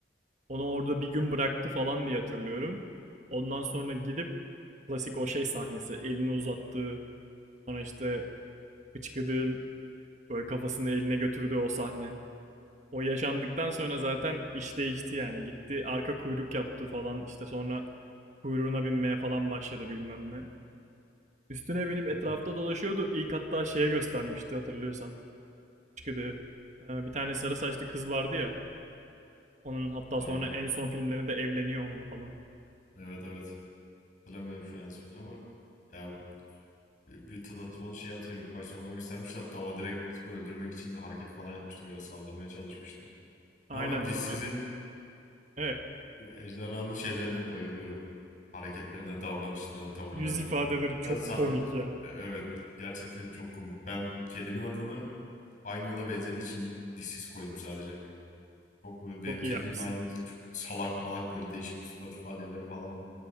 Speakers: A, on the right; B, on the left.
A: Onu orada bir gün bıraktı falan diye hatırlıyorum. Ondan sonra gidip klasik o şey sahnesi elini uzattığı sonra işte hıçkıdığın böyle kafasını eline götürdüğü o sahne. O yaşandıktan sonra zaten iş değişti yani. Gitti arka kuyruk yaptı falan işte sonra kuyruğuna binmeye falan başladı bilmem ne. Üstüne binip etrafta
B: <laughs>
A: dolaşıyordu. İlk hatta şeye göstermişti hatırlıyorsan. çıkıdı Ee, Bir tane sarı saçlı kız vardı ya. Onun hatta
B: Aynen.
A: sonra en son filmlerinde evleniyor onunla falan.
B: Evet evet. Hatırlamıyorum şu an ismini ama ya bir tadat onu şey hatırlıyorum ilk başta ona göstermişti hatta o direkt öldürmek için bir hareket falan yapmıştı böyle saldırmaya çalışmıştı.
A: Aynen
B: Ama dişsizin
A: sonra eh
B: Bu ejderhanın şeylerine bayılıyorum. Hareketlerine, davranışlarına, tavırlarına.
A: yüz ifadeleri
B: Hatta
A: çok
B: sa-
A: komik ya.
B: E, evet gerçekten çok komik. Ben kedimin adını aynı ona benzediği için dişsiz koydum sadece. Çok böyle, benim
A: Çok
B: kedimin
A: iyi yapmışsın.
B: aynı çok salak malak böyle değişik bir surat ifadeleri falan var.